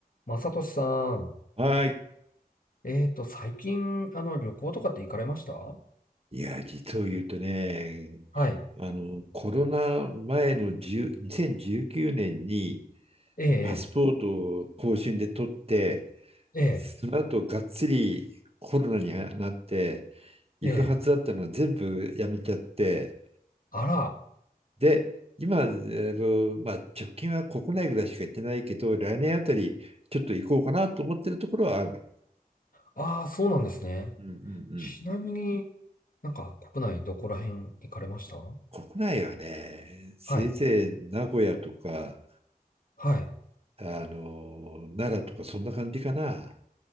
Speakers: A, on the left (about 60°); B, on the right (about 40°).
A: まさとしさん、
B: はい。
A: えっと、最近、あの、旅行とかって行かれました
B: いや、実を言うとね、
A: はい。
B: あの、コロナ前の10 2019年にせんじゅうきゅうねんに
A: ええ、
B: パスポートを更新で取って、
A: え
B: その後がっつりコロナになって、行くはずだったのを全部やめちゃって、
A: え、ええ。あら、
B: で、今、あの、まあ、直近は国内ぐらいしか行ってないけど、来年あたりちょっと行こうかなと思ってるところはある。
A: ああ、そうなんですね。
B: うんうんう
A: ちなみに
B: ん。
A: なんか国内どこら辺行かれました
B: 国内はね、せいぜい名古屋とか、
A: はい、はい。
B: あの、奈良とかそんな感じかな。